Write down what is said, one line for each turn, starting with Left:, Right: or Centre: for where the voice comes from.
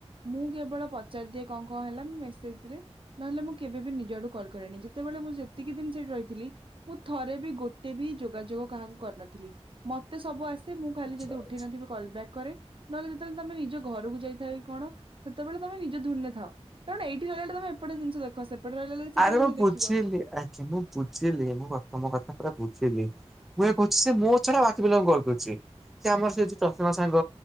Right: ମୁଁ କେବଳ ପଚାରିଦିଏ କଣ କଣ ହେଲା ମେସେଜ ରେ ନହେଲେ ମୁଁ କେବେ ବି ନିଜ ଆଡୁ କଲ୍ କରେନି ଯେତେବେ ବେଳେ ମୁଁ ଯେତିକି ଦିନ୍ ସେଠି ରହିଥିଲି ମୁଁ ଥରେ ବି ଗୋଟେ ବି ଯୋଗାଯୋଗ କାହାକୁ କରିନଥିଲି ମ ମତେ ସବୁ ଆସେ ମୁ ଖାଲି
Centre: ଆଚ୍ଛା
Right: ଯଦି ଉଠି
Centre: ଆଚ୍ଛା।
Right: ନଥିବି କଲ୍ ବ୍ୟାକ୍ କରେ ନହେଲେ ଯେତେବେଳେ ତମେ ନିଜ ଘରକୁ ଯାଇଥାଏ କଣ ସେତେବେଳେ ତମେ ନିଜ ଧୁନେ ଥାଉ କାରଣ ଏଇଠି ଗଲେ ତମେ ଏପଟେ ଜିନିଷ ଦେଖ। ସେପଟେ ରହିଲା ବେଳେ ସେପଟେ
Centre: ଆରେ ମୁଁ
Right: ଜିନିଷ
Centre: ବୁଝିଲି
Right: ଦେଖିବ।
Centre: ଆଜ୍ଞା ମୁଁ ବୁଝିଲି ମୁଁ ତମ କଥା ପୁରା ବୁଝିଲି। ମୁଁ କହୁଛି ସେ ମୋ ଛଡା ବାକି ପିଲାଙ୍କୁ କଲ୍ କରୁଛି। ସେ ଆମର ସେଉ ଚଷମା ସାଙ୍ଗ